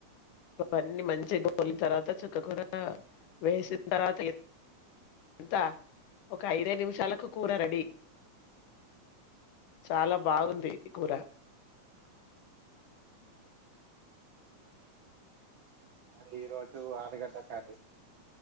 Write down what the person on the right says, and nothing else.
మరి ఈ రోజు ఆలు గడ్డ కర్రీ